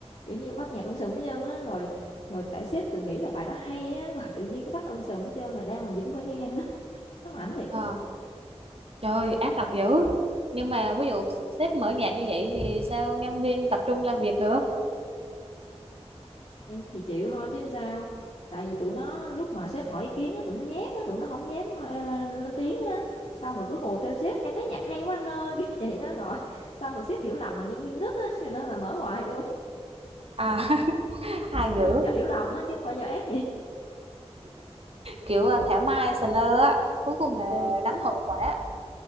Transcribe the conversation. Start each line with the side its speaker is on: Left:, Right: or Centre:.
Left: kiểu như bắt nhạc um sùm hết trơn á rồi rồi tại sếp tự nghĩ là bài đó hay á <laughs> rồi tự nhiên cái bắt um sùm hết trơn rồi đang làm gì cũng phải nghe nữa nó ảnh thiệt
Right: à,
Left: chứ
Right: trời ơi, ác độc dữ nhưng mà ví dụ sếp mở nhạc như vậy thì sao nhân viên tập trung làm việc được
Left: Em thì chịu thôi chứ sao tại vì tụi nó lúc mà sếp hỏi ý kiến á, tụi nó nhát á, tụi nó không dám ờ, lên tiếng á xong rồi cứ hùa theo sếp em thấy nhạc hay quá anh ơi <laughs> cái vậy đó rồi xong rồi sếp hiểu lầm là nhân viên thích á cho nên là mở hoài luôn
Right: à <laughs>
Left: <laughs>
Right: hay
Left: nói
Right: dữ
Left: chung là do hiểu lầm á chứ không phải do ác gì
Right: kiểu à, thảo mai sờ lơ á cuối cùng là
Left: ừ
Right: gánh hậu quả